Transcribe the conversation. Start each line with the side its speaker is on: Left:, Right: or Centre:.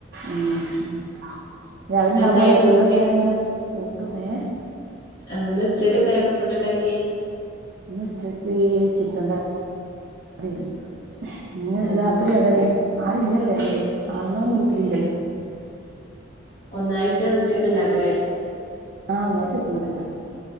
Right: ഉം ന്നെ അവരുണ്ടാവുമ്പോ
Left: എന്തായിരുന്നു
Right: ഓരെകൂടെ
Left: ഉച്ചക്ക്
Right: ഞാനിങ്ങനെ ഓട്ടും ഏ
Left: ആ ഇന്നുച്ചക്കെന്തായിരുന്നു ഫുഡ്ണ്ടാക്കി
Right: ഇന്നുച്ചക്ക് ചിക്കൻ കറി <unintelligible> ഇന്ന്
Left: ആണോ
Right: രാത്രി അതെന്നെ ആരുല്ലല്ലോ ഞങ്ങള് ആണ്ങ്ങളൊന്നും വീട്ട്ലില്ലല്ലോ
Left: ഒന്നായിട്ട് ഉച്ചക്ക്ണ്ടാക്കലായി
Right: ആ ഒന്നായ്റ്റ് വെക്ക്ണതെന്നെ